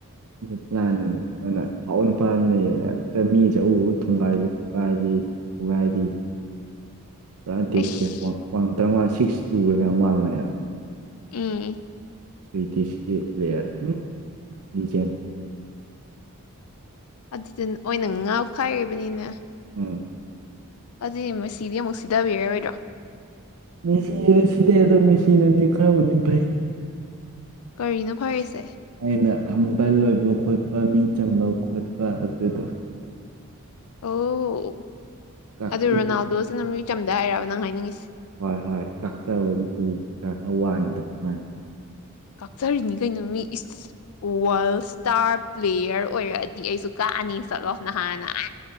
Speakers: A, on the right (about 80°); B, on the left (about 70°).
A: ꯂꯇꯅꯥꯟꯑꯅ ꯑꯐꯥꯎꯕ ꯅꯨꯄꯥ ꯑꯝ ꯂꯩꯌꯦ ꯍꯦꯛꯇ ꯃꯤꯁꯦ ꯑꯎ ꯑꯎ ꯊꯣꯡꯒꯥꯏꯕꯤ ꯈꯨꯠꯀꯥꯏꯕꯤ ꯐꯨꯒꯥꯏꯕꯤ
B: <inaudible>
A: ꯄꯨꯔꯥ ꯗꯦꯝꯀ꯭ꯌꯔ
B: ꯏꯁ
A: ꯋꯥ ꯇꯔꯥ ꯁꯤꯛꯁ ꯇꯨꯔ ꯀꯌꯥꯝꯅꯣꯝ ꯋꯥꯡꯕꯅꯦꯕ
B: ꯎꯝ
A: ꯁ꯭ꯋꯤꯗꯤꯁꯀꯤ ꯄ꯭ꯂꯦꯌꯔ ꯎ ꯂꯤꯖꯦꯟ
B: ꯑꯗꯨꯗꯅ ꯑꯣꯏꯅ ꯉꯥꯎꯈꯥꯏꯔꯤꯕꯅꯤꯅꯦ
A: ꯎꯝ
B: ꯑꯗꯨꯗꯤ ꯃꯦꯁꯤꯗꯤ ꯑꯃꯨꯛ ꯁꯤꯗꯕꯤꯔꯔꯣꯏꯗ꯭ꯔꯣ
A: ꯃꯦꯁꯤꯁꯨ ꯁꯤꯗꯩ ꯑꯗꯣ ꯃꯦꯁꯤꯅꯗꯤ ꯈꯔꯕꯨꯗꯤ ꯐꯩ
B: ꯀꯔꯤꯅꯣ ꯐꯔꯤꯁꯦ
A: ꯑꯩꯅ ꯍꯝꯕꯜ ꯑꯣꯏꯕ ꯈꯣꯠꯄ ꯃꯤ ꯆꯝꯕ ꯈꯣꯠꯄ ꯑꯗꯨꯗꯣ
B: ꯑꯣ
A: ꯀꯥꯛꯆꯤ
B: ꯑꯗꯨ ꯔꯣꯅꯥꯜꯗꯣꯁꯤꯅ ꯃꯤ ꯆꯝꯗꯦ ꯍꯥꯏꯔꯕ ꯅꯪ ꯍꯥꯏꯅꯤꯡꯉꯤꯁꯦ
A: ꯍꯣꯏ ꯍꯣꯏ ꯀꯥꯛꯆꯕ ꯍꯒꯨ ꯀꯩꯀꯥ ꯈꯔ ꯋꯥꯡꯉꯤꯗꯅ ꯃꯥꯅ
B: ꯀꯛꯆꯔꯤꯅꯤ ꯀꯩꯅꯣ ꯃꯤ ꯏꯁ ꯋꯥꯔꯜ ꯏꯁꯇꯥꯔ ꯄ꯭ꯂꯦꯌꯔ ꯑꯣꯏꯔꯛꯑꯗꯤ ꯑꯩꯁꯨ ꯀꯛꯑꯅꯤ ꯆꯠꯂꯣ ꯅꯍꯥꯟꯅ